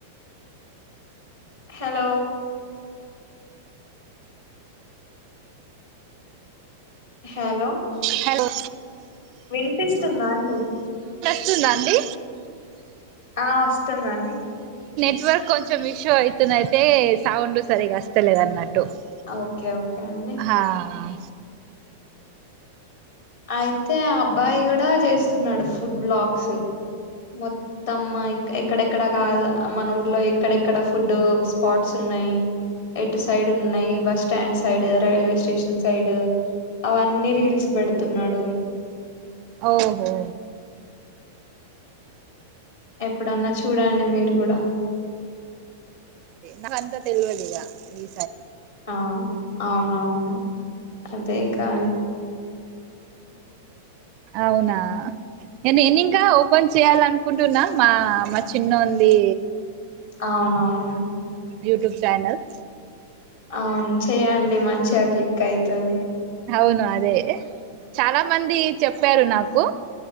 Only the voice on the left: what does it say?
హలో హలో
వినిపిస్తుందా అండి
ఆ వస్తుందండి
ఓకే ఓకే అండి
అయితే ఆ అబ్బాయి కూడా చేస్తున్నాడు ఫుడ్ బ్లాగ్స్ మొత్తం ఎక్కడెక్కడ కాదు మన ఊర్లో ఎక్కడెక్కడ ఫుడ్ స్పాట్స్ ఉన్ ఉన్నాయి ఎటు సైడ్ ఉన్నాయి bus stand side railway station side అవన్నీ రీల్స్ పెడ్ అ <inaudible>
ఎప్పుడన్నా చూడండి మీరు కూడా
ఆ అవునవును అదే గా
అవునవును
అవును చెయ్యండి మంచిగా క్లిక్ అయితది